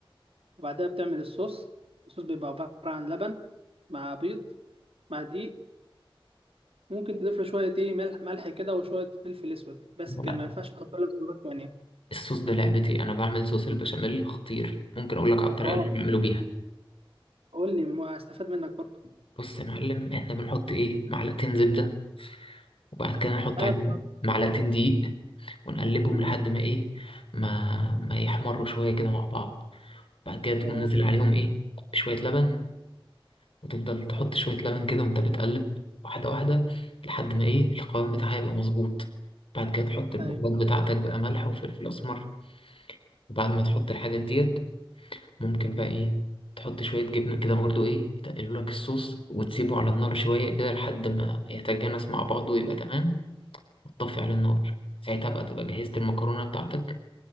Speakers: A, on the right; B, on the left.
A: وبعدها بتعمل الصوص الصوص بيبقى عبارة عن لبن مع بيض مع دقيق ممكن تضيف له شوية ايه ملح ملح كده وشوية فلفل اسود بس
B: لا
A: كده ما ينفعش تحط له بهارات تانية
B: الصوص ده لعبتي انا بعمل صوص البشاميل خطير ممكن اقول لك على الطريقة
A: اه
B: اللي انا بعمله بيها
A: قول لي ما استفاد منك برضه
B: بص يا معلم احنا بنحط ايه معلقتين زبدة وبعد كده نحط
A: ايوه
B: عليهم معلقتين دقيق ونقلبهم
A: مم.
B: لحد ما ايه ما ما يحمروا شوية كده مع بعض بعد كده تقوم
A: اه
B: نازل عليهم ايه شوية لبن وتفضل تحط شوية لبن كده وأنت بتقلب واحدة واحدة لحد ما إيه القوام بتاعها يبقى مظبوط بعد كده تحط البهارات
A: ايوه
B: بتاعتك بقى ملح وفلفل أسمر وبعد ما تحط الحاجات ديت ممكن بقى إيه تحط شوية جبنة كده برضو إيه يتقلوا لك الصوص وتسيبه على النار شوية كده لحد ما يتجانس مع بعضه ويبقى تمام وتطفي على النار ساعتها بقى تبقى جهزت المكرونة بتاعتك